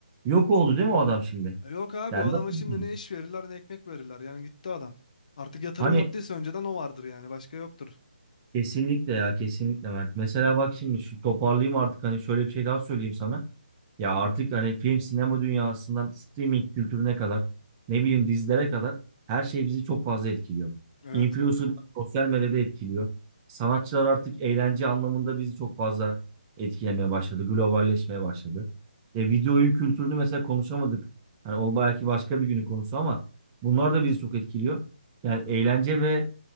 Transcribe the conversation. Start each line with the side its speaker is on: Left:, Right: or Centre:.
Right: Yok oldu değil mi o adam şimdi?
Left: E yok abi
Right: Yani
Left: o adama
Right: nasıl
Left: şimdi
Right: bilmiyorum.
Left: ne iş verirler ne ekmek verirler. Yani gitti adam. Artık yatırım
Right: Hani
Left: yaptıysa önceden o vardır yani. Başka yoktur.
Right: kesinlikle ya kesinlikle Mert. Mesela bak şimdi şu toparlayayım artık hani şöyle bir şey daha söyleyeyim sana. Ya artık hani film sinema dünyasından streaming kültürüne kadar ne bileyim dizilere kadar her şey bizi çok fazla etkiliyor.
Left: Evet
Right: Influencerlar
Left: evet.
Right: sosyal medyada etkiliyor. Sanatçılar artık eğlence anlamında bizi çok fazla etkilemeye başladı. Globalleşmeye başladı. E, video oyun kültürünü mesela konuşamadık. Hani o belki başka bir günün konusu ama bunlar da bizi çok etkiliyor. Yani eğlence ve